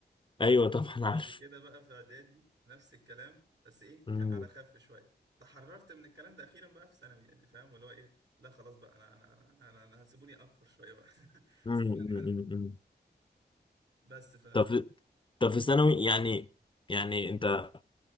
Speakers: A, on the right; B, on the left.
A: بس
B: ايوه طبعا
A: وبعد
B: عارف
A: كده بقى في اعدادي نفس الكلام بس ايه
B: امم
A: كان على خف شويه تحررت من الكلام ده اخيرا بقى في ثانوي يعني فاهم اللي هو ايه لا خلاص بقى انا انا انا انا, أنا, أنا هسيبوني اكفر شويه بقى <laughs>
B: مم،
A: سيبوني انحرف
B: مم، مم، مم.
A: بس ف
B: طب في- طب في ثانوي يعني يعني انت